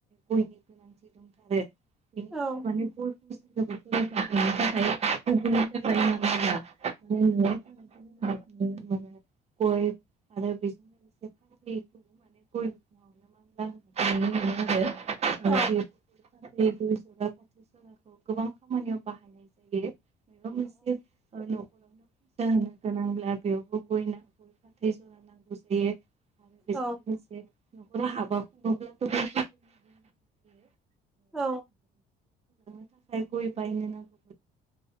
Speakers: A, on the right; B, in the centre.
A: गयनि <unintelligible>
B: औ
A: <unintelligible> <unintelligible> नुनो मोनो गय आरो बेजों लोगोसे फुलि <unintelligible> गय बिफांङावनो मानला होननायखौ नुनो मोनो आरो। फाथै
B: औ
A: गय जला फाथैखौ गोबां खामानियाव बाहायनाय जायो। माबा मोनसे ओ न'खरावनो फुजा होनो गोनांब्ला बेयावबो गय फाथै जरा नांगौ जायो आरो बेजों
B: औ
A: लोगोसे न'खरा हाबा खुंङोब्लाथ' होयो
B: औ
A: <unintelligible> थाखाय गय बायनो नांगौ।